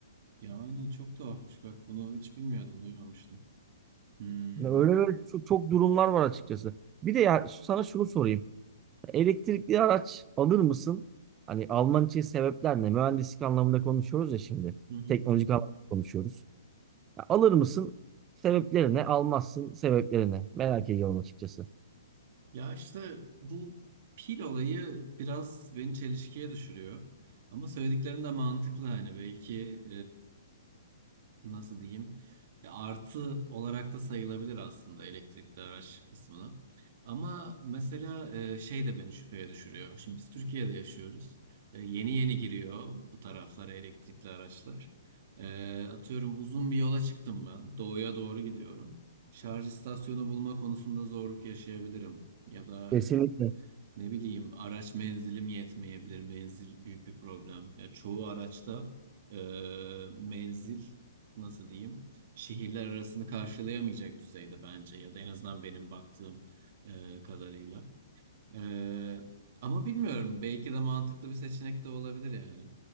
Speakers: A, on the right; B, on the right.
A: Yani çok tuhafmış bak bunu hiç bilmiyordum duymamıştım. Hmm.
B: Yani öyle böyle çok, çok durumlar var açıkçası. Bir de ya şu- sana şunu sorayım. Elektrikli araç alır mısın? Hani alman için sebepler ne? Mühendislik anlamında konuşuyoruz ya şimdi.
A: Hı hı.
B: Teknolojik anlamda konuşuyoruz. Ya alır mısın? Sebepleri ne? Almazsın sebepleri ne? Merak ediyorum açıkçası.
A: Ya işte bu pil olayı biraz beni çelişkiye düşürüyor. Ama söylediklerin de mantıklı hani belki nasıl diyeyim ya artı olarak da sayılabilir aslında elektrikli araç kısmına. Ama mesela e, şey de beni şüpheye düşürüyor. Şimdi biz Türkiye'de yaşıyoruz. E, yeni yeni giriyor bu taraflara elektrikli araçlar. E, atıyorum uzun bir yola çıktım ben. Doğuya doğru gidiyorum. Şarj istasyonu bulma konusunda zorluk yaşayabilirim. Ya da
B: Kesinlikle.
A: ne bileyim araç menzilim yetmeyebilir. Menzil büyük bir problem. Ya çoğu araçta e, menzil nasıl diyeyim şehirler arasını karşılayamayacak düzeyde bence ya da en azından benim baktığım e, kadarıyla. Ee, ama bilmiyorum. Belki de mantıklı bir seçenek de olabilir yani.